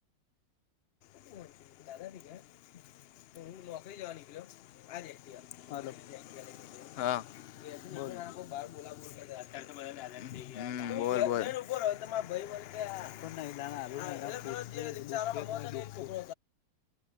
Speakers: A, on the left (about 55°); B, on the left (about 85°).
A: ન હ નોકરી જવાનીકયો હા
B: હલો
A: <unintelligible> ત્યારે તો
B: બોલ
A: બધા ગયા હમ બોલ બોલ પરોધ
B: પણ નૈલા હારું
A: દિકસાર
B: નૈલા પૂછશે
A: સમમોદ
B: દુઃખ છે કે નહી દુઃખ તું
A: હવું